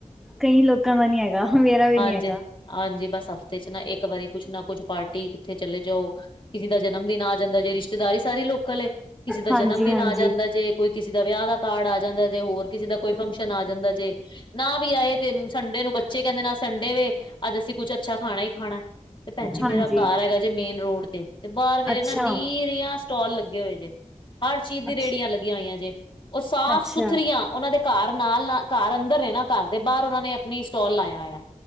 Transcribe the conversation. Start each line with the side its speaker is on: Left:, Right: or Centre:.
Centre: ਕਈ ਲੋਕਾਂ ਦਾ ਨੀ ਹੈਗਾ ਮੇਰਾ ਵੀ
Left: ਹਾਂਜੀ,
Centre: ਨੀ ਹੈਗਾ।
Left: ਹਾਂਜੀ ਬਸ ਹਫ਼ਤੇ ਚ ਨਾ ਏਕ ਵਾਰੀ ਕੁਛ ਨਾ ਕੁਛ ਪਾਰਟੀ ਕਿੱਥੇ ਚਲੇ ਜਾਓ ਕਿਸੀ ਦਾ ਜਨਮ ਦਿਨ ਆ ਜਾਂਦਾ ਜੇ ਰਿਸ਼ਤੇਦਾਰੀ ਸਾਰੀ ਲੋਕਲ ਏ ਕਿਸੀ ਦਾ
Centre: ਹਾਂਜੀ
Left: ਜਨਮ ਦਿਨ
Centre: ਹਾਂਜੀ
Left: ਆ ਜਾਂਦਾ ਜੇ ਕੋਈ ਕਿਸੇ ਦਾ ਵਿਆ ਦਾ ਕਾਰਡ ਆ ਜਾਂਦਾ ਜੇ ਹੋਰ ਕਿਸੀ ਦਾ ਕੋਈ ਫੰਕਸ਼ਨ ਆ ਜਾਂਦਾ ਜੇ ਨਾ ਵੀ ਆਏ ਤੇ ਸੰਡੇ ਨੂੰ ਬੱਚੇ ਕਹੰਦੇ ਨੇ ਸੰਡੇ ਵੇ ਅੱਜ ਅਸੀਂ ਕੁੱਛ ਅੱਛਾ ਖਾਨਾ ਈ ਖਾਨਾ ਤੇ ਪੈਨਜੀ
Centre: ਹਾਂਜੀ
Left: ਮੇਰਾ ਕਾਰ ਹੈਗਾ ਜੇ ਮੇਨ ਰੋਡ ਤੇ, ਤੇ ਬਾਰ ਮੇਰੇ
Centre: ਅੱਛਾ
Left: ਨਾ ਨੀਰੀਆਂ ਸਟੋਲ ਲੱਗੇ ਹੋਏ ਜੇ ਹਰ ਚੀਜ਼ ਦੀ
Centre: ਅੱਛਾ
Left: ਰੇੜੀਆਂ ਲੱਗੀਆਂ ਹੋਈਆਂ ਜੇ। ਉ ਸਾਫ
Centre: ਅੱਛਾ
Left: ਸੁਥਰੀਆਂ ਉਨਾਂ ਦੇ ਕਾਰ ਨਾਲ ਨਾ ਕਾਰ ਅੰਦਰ ਨੇ ਨਾ ਕਾਰ ਦੇ ਬਾਰ ਓਨਾਂ ਨੇ ਅਪਣੀ ਸਟੋਲ ਲਾਇਆ ਹੋਇਆ।